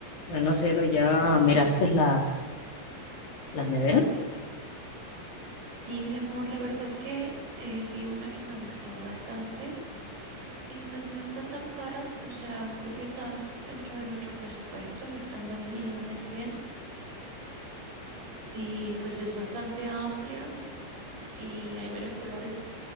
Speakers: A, on the left (about 50°); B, on the right (about 60°).
A: Bueno, no, cielo, ya miraste las, las neveras.
B: Sí, mi amor, la verdad es que eh, vi una que me gustó bastante y pues no está tan cara, o sea, creo que está dentro de nuestro presupuesto, está en dos millones cien y pues es bastante amplia y hay varios colores,